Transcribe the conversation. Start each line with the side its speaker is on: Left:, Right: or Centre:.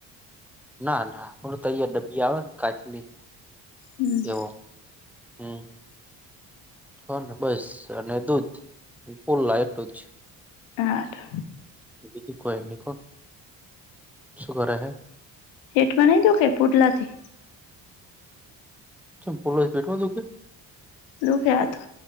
Centre: ના ના ઓલું તહીયાર ડબ્બી આવે ને કાચની.
Left: હમ
Centre: એવો હમ. હ ને બસ અને દૂધ ફુલ લાઈટ જ
Left: આઠ.
Centre: બીજું કોઈ ન કોણ શું કરે હે.
Left: પેઠમાં નહીં દુઃખે પુટલા થી.
Centre: મ પોલીસ બેઠો દું કે.
Left: દુઃખ તો